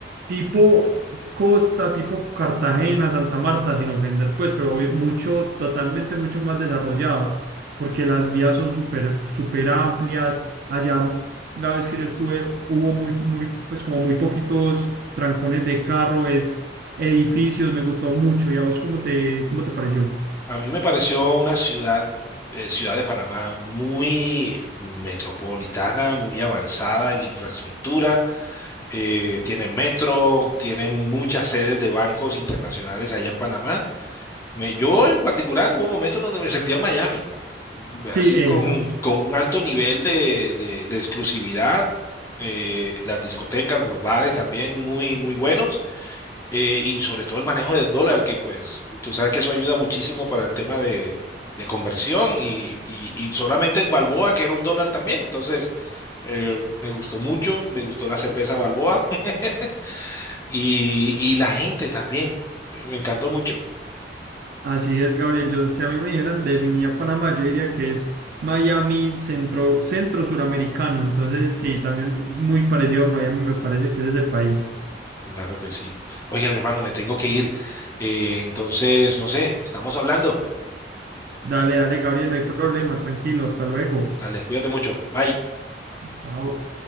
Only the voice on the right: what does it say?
tipo Costa, tipo Cartagena, Santa Marta, sin ofender, pues, pero obvi- mucho, totalmente mucho más desarrollado, porque las vías son súper, súper amplias. Allá, la vez que yo estuve, hubo muy, muy, pues, como muy poquitos trancones de carro, es edificios, me gustó mucho. ¿Y a vos cómo te, cómo te pareció?
Sí,
eso.
Así es, Gabriel. Yo, si a mí me dijeran definía Panamá, yo diría que es Miami centro, centro suramericano. Entonces, sí, también muy parecido a Miami, me parece que es ese país.
Dale, dale, Gabriel, no hay problema, tranquilo, hasta luego.
Chao.